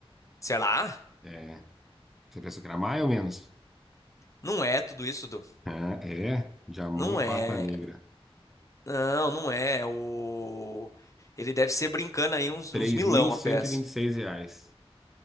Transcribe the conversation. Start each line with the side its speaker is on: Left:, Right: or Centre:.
Left: Sei lá,
Centre: É. Você pensou que era mais ou menos?
Left: não é tudo isso, Du.
Centre: Ah, é. Jamon
Left: Não é.
Centre: Pata Negra.
Left: Não, não é. O... Ele deve ser brincando aí uns,
Centre: três
Left: uns milão
Centre: mil cento
Left: a peça.
Centre: e e vinte e seis reais.